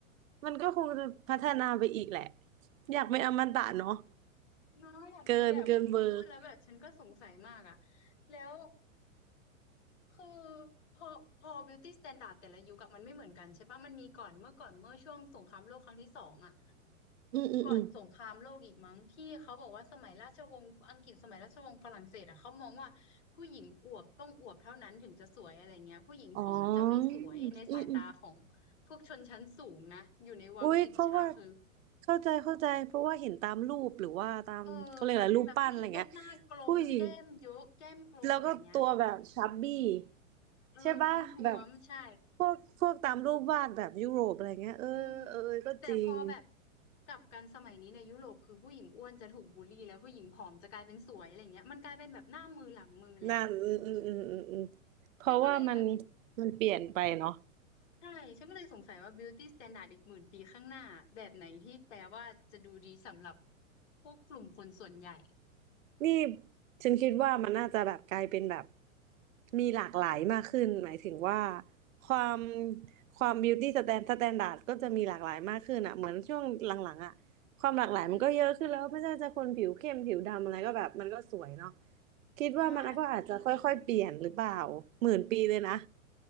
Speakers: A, on the right (about 70°); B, on the left (about 55°).
A: มันก็คงจะพัฒนาไปอีกแหละอยากเป็นอมตะเนาะ
B: เน้อยอยากรู้เลยอะพอพูดแล้วแบบฉันก็สงสัยมากอะ
A: เกินเกินเบอร์
B: แล้ว คือพอพอ beauty standard แต่ละยุคอะมันไม่เหมือนกันใช่ปะมันมีก่อนเมื่อก่อนเมื่อช่วงสงครามโลกครั้งที่สองอะ
A: อืมอืมอืม
B: ก่อนสงครามโลกอีกมั้งที่เขาบอกว่าสมัยราชวงศ์อังกฤษสมัยราชวงศ์ฝรั่งเศสอะเขามองว่าผู้หญิงอวบต้องอวบเท่านั้นถึงจะสวยอะไรเงี้ยผู้หญิงผอมจะไม่สวยในสายตาของ
A: อ๋ออืมอืม
B: พวกชนชั้นสูงนะอยู่ในวังจิบชาคือ
A: อุ้ยเพราะว่าเข้าใจเข้าใจเพราะว่าเห็นตามรูปหรือว่าตามเขาเรียกอะไรรูปปั้นอะไรเงี้ย
B: เออแบบผู้หญิงต้องหน้ากลมแก้มเยอะแก้มกลมอะไรเงี้ย
A: ผู้หญิงแล้วก็ตัวแบบชับบี้
B: เออทุ้มท้วมใช่
A: ใช่ปะแบบพวกพวกตามรูปวาดแบบยุโรปอะไรเงี้ยเออเออเออก็จริง
B: อืมแต่พอแบบกลับกันสมัยนี้ในยุโรปคือผู้หญิงอ้วนจะถูกบูลลี่แล้วผู้หญิงผอมจะกลายเป็นสวยอะไรเงี้ยมันกลายเป็นแบบหน้ามือหลังมือเลยอะ
A: นั่นอืมอืมอืมอืมอืมเพราะว่ามัน
B: ฉันก็เลยแบบ
A: มันเปลี่ยนไปเนาะ
B: ใช่ฉันก็เลยสงสัยว่า beauty standard อีกหมื่นปีข้างหน้าแบบไหนที่แปลว่าจะดูดีสำหรับพวกกลุ่มคนส่วนใหญ่
A: นี่ฉันคิดว่ามันน่าจะแบบกลายเป็นแบบมีหลากหลายมากขึ้นหมายถึงว่าความความ beauty stand standard ก็จะมีหลากหลายมากขึ้นอ่ะเหมือนช่วงหลังๆอ่ะความหลากหลายมันก็เยอะขึ้นแล้วไม่ใช่ว่าจะคนผิวเข้มผิวดำอะไรก็แบบมันก็สวยเนาะ
B: อืม
A: คิดว่ามันก็อาจจะค่อยๆเปลี่ยนหรือเปล่าหมื่นปีเลยนะ
B: ใช่